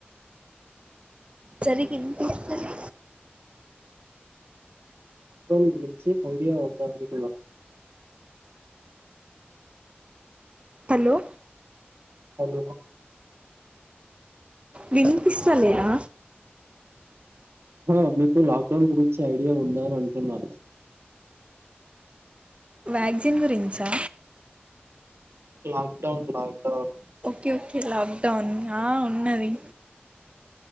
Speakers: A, on the right (about 30°); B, on the right (about 85°).
A: జరి కింత ఇస్తది
B: లాక్ డౌన్ గురించి ఐడియా ఉందా అంటున్నా
A: హలో
B: హలో
A: విని ఇస్తలేదా
B: ఆ మీకు లాక్డౌన్ గురించి ఐడియా ఉందా అని అంటున్నా
A: వ్యాక్సిిన్ గురించా
B: lockdown lockdown
A: okay okay lockdown ఆ ఉన్నది